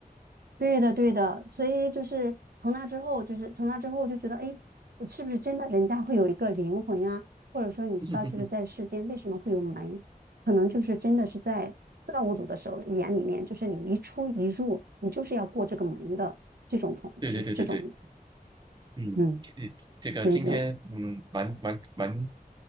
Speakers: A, on the right (about 85°); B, on the right (about 30°).
A: 对的，对的，所以就是从那之后，就是从那之后，我就觉得，哎，我是不是真的人家会有一个灵魂啊？或者说，你知道，
B: <laughs>
A: 就是在世间为什么会有门，可能就是真的是在造物主的手里眼里面，就是你一出一入，你就是要过这个门的这种方这这种，
B: 对对对对对，嗯，
A: 嗯，
B: 你这个今天嗯，
A: 所以就，
B: 蛮蛮蛮